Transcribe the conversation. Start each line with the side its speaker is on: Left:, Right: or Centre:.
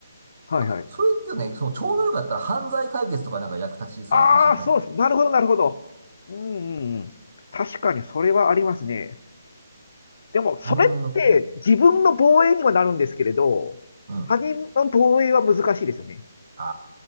Left: はいはい。
Right: あ、それけどね、その超能力だったら犯罪解決とかなんか役立ちそうな気しません
Left: ああ、そうです。なるほど、なるほど。うんうんうん。確かにそれはありますね。でも、それって自分の防衛にはなるんですけれど、
Right: 他人のこ、うん、うん。
Left: 他人の防衛は難しいですよね。
Right: あ